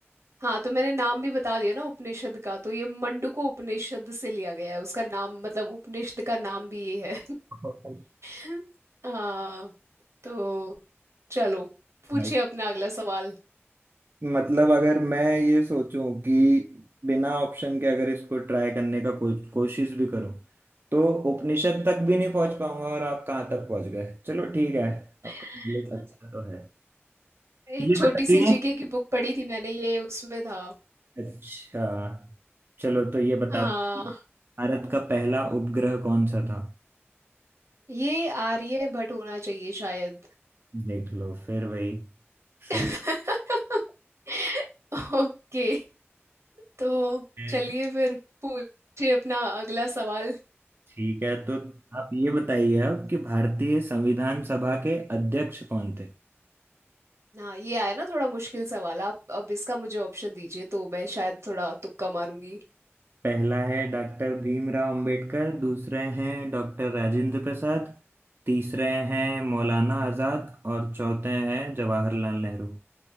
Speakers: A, on the right; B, on the right.
A: हाँ तो मैंने नाम भी बता दिया ना उपनिषद का तो ये मंडूको उपनिषद से लिया गया है उसका नाम मतलब उपनिषद का नाम भी ये है
B: <laughs>
A: <laughs> हाँ तो चलो पूछिए
B: भाई
A: अपना अगला सवाल
B: मतलब अगर मैं ये सोचूं कि बिना ऑप्शन के अगर इसको ट्राई करने का को, कोशिश भी करूं तो उपनिषद तक भी नहीं पहुंच पाऊंगा और आप कहाँ तक पहुंच गए चलो ठीक है
A: <laughs>
B: आपका नॉलेज अच्छा तो है
A: एक
B: ये
A: छोटी
B: बताइए
A: सी जीके की बुक पढ़ी थी मैंने ये उसमें था
B: अच्छा चलो तो ये बता
A: हाँ
B: दो कि भारत का पहला उपग्रह कौन सा था
A: ये आर्य भट्ट होना चाहिए शायद
B: देख लो फिर वही सही
A: <laughs> ओके तो
B: है
A: चलिए
B: तो
A: फिर पूछिए अपना अगला सवाल
B: ठीक है तो आप ये बताइए अब कि भारतीय संविधान सभा के अध्यक्ष कौन थे
A: हाँ ये आया ना थोड़ा मुश्किल सवाल आप अब इसका मुझे ऑप्शन दीजिए तो मैं शायद थोड़ा तुक्का मारूंगी
B: पहला है डॉक्टर भीमराव अंबेडकर दूसरे हैं डॉक्टर राजेंद्र प्रसाद तीसरे हैं मौलाना आजाद और चौथे हैं जवाहरलाल नेहरू